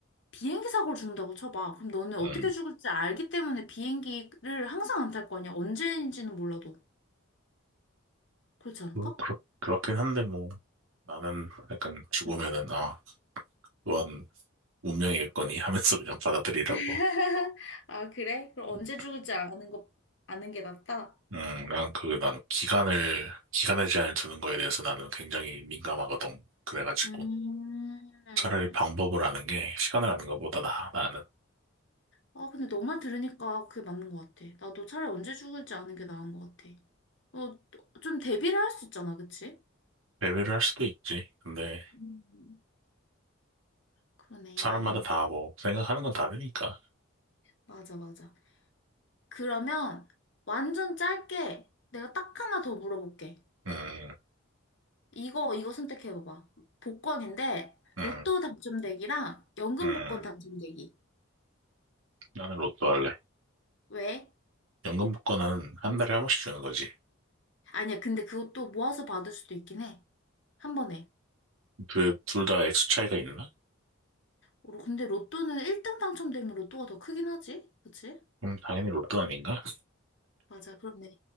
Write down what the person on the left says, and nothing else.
비행기 사고를 죽는다고 쳐봐. 그럼 너는 어떻게
죽을지 알기 때문에 비행기를 항상 안 탈 거 아니야? 언제인지는 몰라도. 그렇지 않을까?
응
<laughs> 아, 그래? 그럼 언제
죽을지 아는 거, 아는 게 낫다?
음.
아, 근데 너만 들으니까 그게 맞는 것 같아. 나도 차라리 언제 죽을지 아는 게 나은 것 같아. 어, 좀 대비를 할 수 있잖아, 그치?
음. 그러네.
맞아, 맞아. 그러면 완전 짧게 내가 딱 하나 더 물어볼게.
이거, 이거 선택해봐봐. 복권인데,
로또 당첨되기랑 연금
복권 당첨되기.
왜?
아니야, 근데 그것도 모아서 받을 수도 있긴 해. 한 번에.
로- 근데 로또는 1등 당첨되면 로또가 더 크긴 하지? 그치?
맞아, 그렇네.